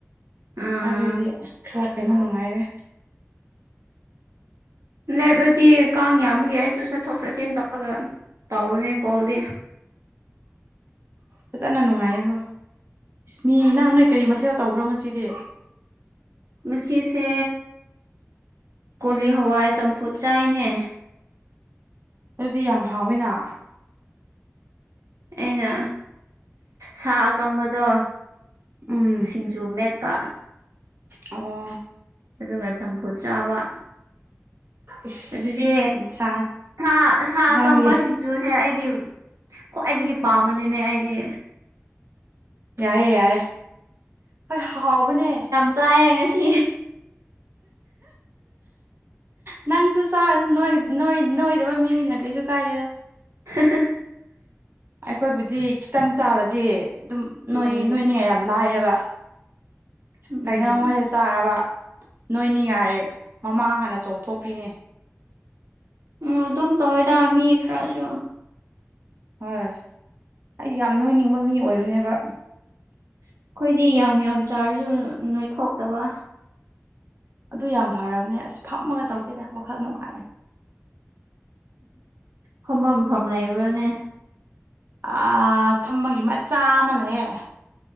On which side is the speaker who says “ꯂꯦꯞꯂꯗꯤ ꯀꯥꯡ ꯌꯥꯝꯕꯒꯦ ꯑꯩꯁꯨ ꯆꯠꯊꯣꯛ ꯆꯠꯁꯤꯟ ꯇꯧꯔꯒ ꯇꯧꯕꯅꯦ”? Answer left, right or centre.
Right